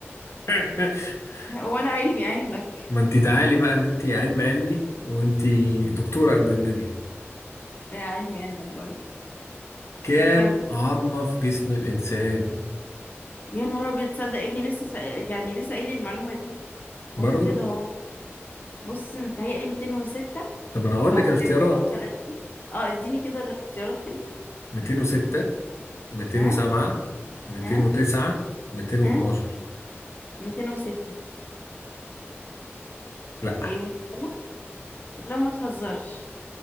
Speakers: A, on the left (about 75°); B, on the left (about 40°).
A: <laughs>
B: وأنا علمي علمك
A: ما انت تعالي بقى ان انت علم علمي وانت دكتورة قد الدنيا
B: ده علمي علمك برضه
A: كام
B: كمل
A: عظمة في جسم الانسان
B: يا نهار أبيض تصدق ابني لسه سأ... يعني لسه قايل لي المعلومة دي
A: برضو
B: واخدها أهو بص متهيألي 206
A: طب انا اقول
B: أو
A: لك
B: 230
A: الاختيارات
B: أه اديني كده الاختيارات كده
A: 206 207
B: ها
A: 209
B: ها
A: 212
B: ها 206
A: لا
B: إيه غلط لا ما تهزرش